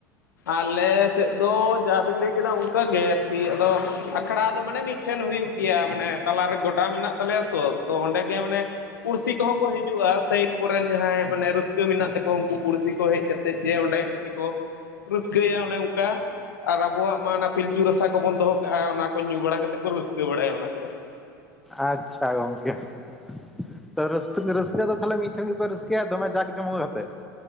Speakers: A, on the left (about 80°); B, in the centre.
A: ᱟᱞᱮ ᱥᱮᱫ ᱫᱚ ᱡᱟᱵᱤᱱ ᱞᱟᱹᱭ ᱠᱮᱫᱟ ᱚᱱᱠᱟ ᱜᱮ ᱟᱨᱠᱤ ᱟᱫᱚ ᱟᱠᱷᱲᱟ ᱫᱚ ᱢᱟᱱᱮ ᱢᱤᱫ ᱴᱷᱮᱱ ᱦᱩᱭᱩᱜ ᱜᱮᱭᱟ ᱢᱟᱱᱮ ᱛᱟᱞᱟᱨᱮ ᱜᱚᱰᱟ ᱢᱮᱱᱟᱜ ᱛᱟᱞᱮᱭᱟ ᱛᱚ ᱚᱸᱰᱮ ᱜᱮ ᱢᱟᱱᱮ ᱯᱩᱲᱥᱤ ᱠᱚᱦᱚᱸ ᱠᱚ ᱦᱤᱡᱩᱜ-ᱟ ᱥᱟᱭᱤᱰ ᱠᱚᱨᱮᱱ ᱡᱟᱦᱟᱸᱭ ᱢᱟᱱᱮ ᱨᱟᱹᱥᱠᱟᱹ ᱢᱮᱱᱟᱜ ᱛᱟᱠᱚᱣᱟ ᱩᱱᱠᱩ ᱯᱩᱲᱥᱤ ᱠᱚ ᱦᱮᱡ ᱠᱟᱛᱮᱫ ᱡᱮ ᱚᱸᱰᱮ ᱠᱟᱹᱴᱤᱡ ᱠᱚ ᱨᱟᱹᱥᱠᱟᱹᱭᱟ ᱚᱱᱮ ᱚᱱᱠᱟ ᱾ ᱟᱨ ᱟᱵᱚᱣᱟᱜ ᱢᱟ ᱱᱟ ᱯᱤᱞᱪᱩ ᱨᱟᱥᱟ ᱠᱚᱵᱚᱱ ᱫᱚᱦᱚ ᱠᱟᱜ-ᱟ ᱚᱱᱟ ᱠᱚ ᱧᱩ ᱵᱟᱲᱟ ᱠᱟᱛᱮᱫ ᱠᱚ ᱨᱟᱹᱥᱠᱟᱹ ᱵᱟᱲᱟᱭᱟ ᱚᱱᱟ ᱠᱚᱨᱮ ᱾
B: ᱟᱪᱪᱷᱟ ᱜᱚᱝᱠᱮ ᱾ ᱛᱚ ᱨᱟᱹᱥᱠᱟᱹ ᱨᱟᱹᱥᱠᱟᱹ ᱫᱚ ᱛᱟᱦᱞᱮ ᱢᱤᱫᱴᱷᱮᱱ ᱜᱮᱯᱮ ᱨᱟᱹᱥᱠᱟᱹᱭᱟ ᱫᱚᱢᱮ ᱡᱟᱠ ᱡᱚᱢᱚᱠ ᱟᱛᱮᱫ ᱾